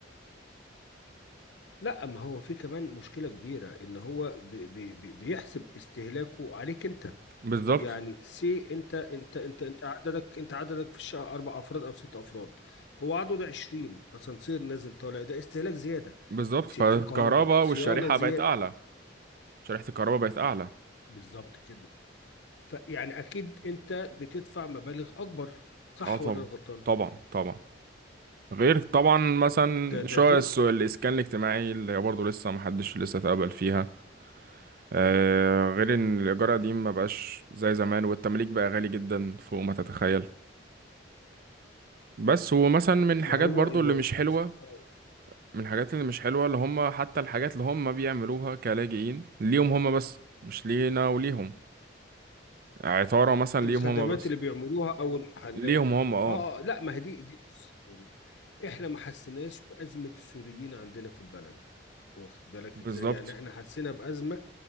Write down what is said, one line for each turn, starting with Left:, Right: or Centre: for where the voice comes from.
Left: لا ما هو في كمان مشكلة كبيرة ان هو ب... ب... ب- بيحسب استهلاكه عليك انت
Right: بالظبط
Left: يعني سي انت انت انت انت عددك انت عددك في الشقة اربع افراد او ست افراد هو عدده 20 اسانسير نازل طالع ده استهلاك زيادة
Right: بالظبط
Left: سي-
Right: فالكهرباء
Left: في الكهرباء صيانة
Right: والشريحه
Left: زيادة
Right: بقت اعلى شريحه الكهرباء بقت اعلى
Left: بالظبط كده فيعني اكيد انت بتدفع مبالغ اكبر صح
Right: اه طبعا
Left: ولا أنا غلطان
Right: طبعا طبعا غير طبعا مثلا
Left: ده
Right: شوية
Left: ده غير
Right: الس- الإسكان الاجتماعي اللي هي برضه لسه محدش لسه اتقبل فيها آه غير إن الإيجار قديم مبقاش زي زمان والتمليك بقى غالي جدا فوق ما تتخيل بس ومثلا من الحاجات
Left: ما هو
Right: برضه
Left: الموضوع
Right: اللي مش
Left: بصراحة
Right: حلوة من الحاجات اللي مش حلوة اللي هم حتى الحاجات اللي هم بيعملوها كلاجئين ليهم هم بس مش لينا وليهم عطارة مثلا
Left: الخدمات
Right: ليهم هم بس
Left: اللي بيعملوها او المحلات
Right: ليهم هم اه
Left: اه آه، لا ما هي دي دي بص، احنا ما حسيناش بأزمة السوريين عندنا في البلد واخد بالك
Right: بالظبط
Left: ازاي يعني احنا حسينا بأزمة